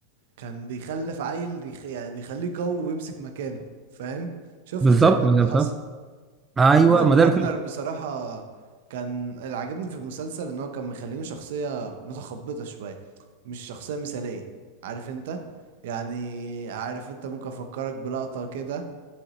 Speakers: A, on the right (about 70°); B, on the right (about 20°).
A: كان بيخلف عيل بيخ... يعني بيخليه قوي ويمسك مكانه فاهم شفت
B: بالظبط
A: زي ما انت
B: ما ده
A: حصل
B: فاهم ايوه
A: عموما
B: ما
A: راجنر
B: ده اللي
A: بصراحة كان اللي عجبني في المسلسل ان هو كان مخلينه شخصية متخبطة شوية مش شخصية مثالية عارف انت يعني عارف انت ممكن افكرك بلقطة كده